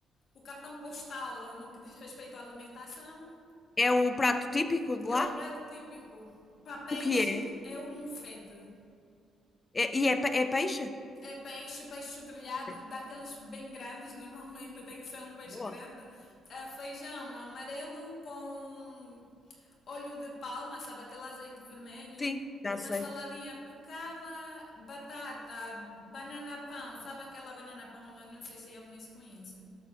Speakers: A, on the left (about 55°); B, on the left (about 30°).
A: O cartão postal no que diz respeito à alimentação.
B: É o prato típico de
A: É
B: lá?
A: o prato típico. Para peixe
B: O que é?
A: é o mufete.
B: É- e é, pe- é peixe?
A: É peixe, peixe grelhado,
B: Ok,
A: daqueles bem grandes, <laughs> normalmente tem que ser um peixe
B: Boa.
A: grande. Ah, feijão amarelo com óleo de palma, sabe, aquele azeite vermelho.
B: Sim, já
A: Uma
B: sei.
A: saladinha picava, batata, banana pão, sabe aquela banana pão? Eu não sei se é ou nem se conhece.